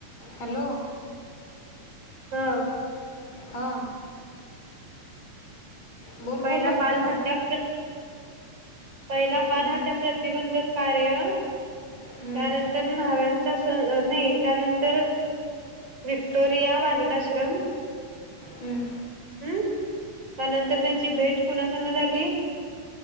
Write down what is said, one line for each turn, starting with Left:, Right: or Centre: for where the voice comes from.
Left: हॅलो.
Right: हा.
Left: हा. बोल
Right: पहिला
Left: बोल लवकर
Right: बाल हत्या. पहिला बाल
Left: हम्म,
Right: हत्या प्रतिबंधक कार्य.
Left: हम्म,
Right: त्यानंतर न्हाव्यांचा नाही त्यानंतर विक्टोरिया बालिकाश्रम
Left: हम्म.
Right: हम्म त्यानंतर त्यांची भेट कुणासंग झाली.